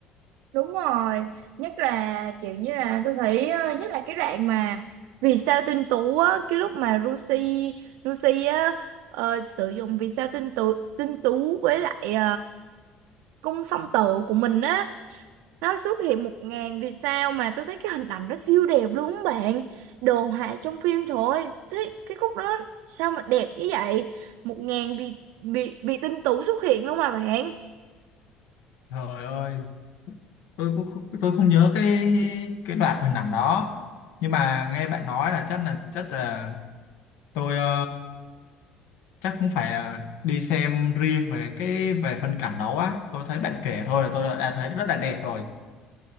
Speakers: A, on the right (about 85°); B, on the left (about 75°).
A: Đúng rồi, nhất là kiểu như là tôi thấy ờ, nhất là cái đoạn mà vì sao tinh tú á, cái lúc mà Lucy Lucy á ờ, sử dụng vì sao tinh tú tinh tú với lại cung song tử của mình á nó xuất hiện một ngàn vì sao mà tôi thấy cái hình ảnh đó siêu đẹp luôn á bạn đồ họa trong phim thôi thấy cái khúc đó sao mà đẹp như vậy một ngàn vì bị bị tinh tú xuất hiện luôn mà bạn
B: Trời ơi, tôi cũng không, tôi không nhớ cái cái đoạn hình ảnh đó. Nhưng mà nghe bạn nói là chắc là chắc là tôi ờ, chắc cũng phải ờ, đi xem riêng về cái về phân cảnh đó á. Tôi thấy bạn kể thôi là tôi đã thấy rất là đẹp rồi.